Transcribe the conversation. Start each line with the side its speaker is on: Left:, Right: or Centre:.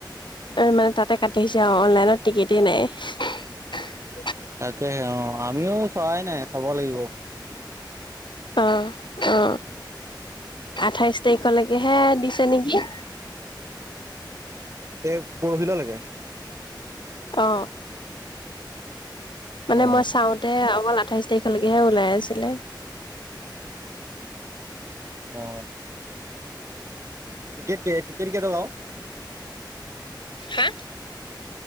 Left: মানে তাতে কাটি আহিছে আৰু অনলাইনত টিকেটে নাই।
Right: তাকেহে অ আমিও চোৱাই নাই চাব লাগিব।
Left: অ অ আঠাইশ তাৰিখলৈকেহে দিছে নেকি।
Right: এই পৰহিল লৈকে
Left: অ মানে
Right: অ
Left: মই চাওঁতে অকল আ- আঠাইশ তাৰিখলৈকেহে ওলাই আছিলে।
Right: অ টিকেট কে টিকেট কেটকা আওঁ
Left: হা?